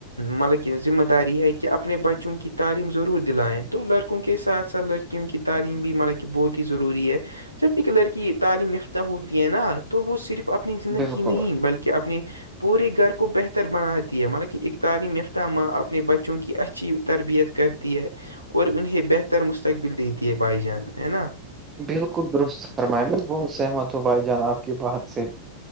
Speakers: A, on the left (about 90°); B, on the right (about 25°).
A: ملکن ذمہ داری ہے کہ اپنے بچوں کی تعلیم ضرور دلائیں تو لڑکوں کے ساتھ ساتھ لڑکیوں کی تعلیم بھی ہمارا کہ بہت ہی ضروری ہے جب ایک لڑکی تعلیم یافتہ ہوتی ہے نا تو وہ صرف اپنی زندگی
B: بالکل
A: نہیں
B: بھائی-
A: بلکہ اپنی پورے گھر کو بہتر بناتی ہے مطلب کہ ایک تعلیم یافتہ ماں اپنے بچوں کی اچھی تربیت کرتی ہے اور انہیں بہتر مستقبل دیتی ہے بھائی جان ہے نا
B: بالکل درست فرما میں بہت سہمت ہوں بھائی جان آپ کی بات سے